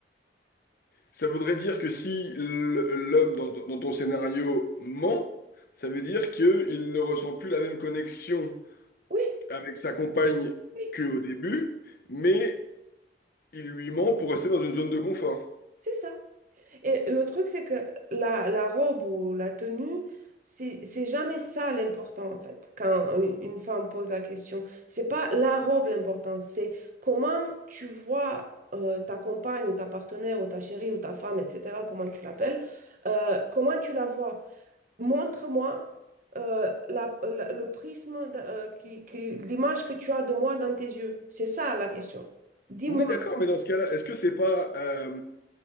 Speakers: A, on the left; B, on the right.
A: Ça voudrait dire que si l- l'homme dans, ton dans ton scénario ment, ça veut dire qu'il ne ressent plus la même connexion
B: Oui,
A: avec sa compagne
B: oui,
A: qu'au début, mais il lui ment pour rester dans une zone de confort.
B: c'est ça. Et le truc, c'est que la, la robe ou la tenue, c'est c'est jamais ça l'important, en fait, quand une une femme pose la question. C'est pas la robe l'important, c'est comment tu vois euh, ta compagne ou ta partenaire ou ta chérie ou ta femme, etc., comment tu l'appelles, euh, comment tu la vois. Montre-moi euh, la- la- le prisme, de- euh, qui, qui- l'image que tu as de moi dans tes yeux. C'est ça la question. Dis-moi.
A: Oui, d'accord, mais dans ce cas-là, est-ce que c'est pas euh,